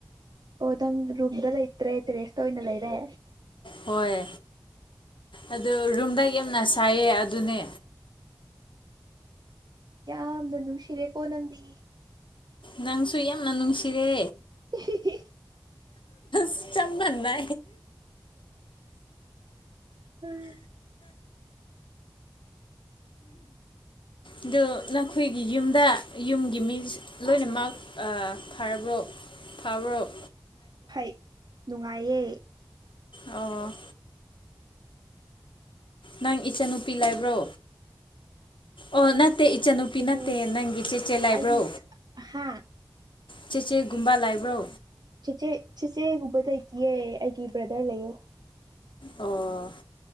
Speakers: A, on the right; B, on the left.
A: ꯑꯣ ꯅꯪ ꯔꯨꯝꯗ ꯂꯩꯇ꯭ꯔꯦ ꯇꯦꯔꯦꯁꯇ ꯑꯣꯏꯅ ꯂꯩꯔꯦ
B: ꯍꯣꯏ ꯑꯗꯨ ꯔꯨꯝꯗ ꯌꯥꯝꯅ ꯁꯥꯏꯌꯦ ꯑꯗꯨꯅꯦ
A: ꯌꯥꯝꯅ ꯅꯨꯡꯁꯤꯔꯦꯀꯣ ꯅꯪꯗꯤ
B: ꯅꯪꯁꯨꯨ ꯌꯥꯝꯅ ꯅꯨꯡꯁꯤꯔꯦ
A: <unintelligible>
B: ꯁ ꯆꯝꯕꯅ
A: ꯎꯝ <inaudible>
B: ꯑꯗ ꯅꯈꯣꯏꯒꯤ ꯌꯨꯝꯗ ꯌꯨꯝꯒꯤ ꯃꯤ ꯂꯣꯏꯅꯃꯛ ꯐꯔꯕ꯭ꯔꯣ ꯐꯕꯔꯛ
A: ꯐꯩ ꯅꯨꯡꯉꯥꯏꯌꯦ
B: ꯑ ꯅꯪ ꯏꯆꯟꯅꯨꯄꯤ ꯂꯥꯏꯕ꯭ꯔꯣ ꯑꯣ ꯅ ꯠꯇꯦ ꯏꯆꯟꯅꯨꯄꯤ
A: ꯑꯩꯗꯤ
B: ꯅꯠꯇꯦ ꯅꯪꯒꯤ ꯆꯦꯆꯦ ꯂꯥꯏꯕ꯭ꯔꯣ
A: ꯑꯩꯗꯤ ꯍꯥ
B: ꯆꯦ ꯆꯦꯒꯨꯝꯕ ꯂꯥꯏꯕ꯭ꯔꯣ
A: ꯆꯤꯆꯦ ꯆꯤꯆꯦꯒꯨꯝꯕ ꯂꯩꯇꯌꯦ ꯑꯩꯒꯤ ꯕ꯭ꯔꯗꯔ ꯂꯩꯌꯦ
B: ꯑꯣ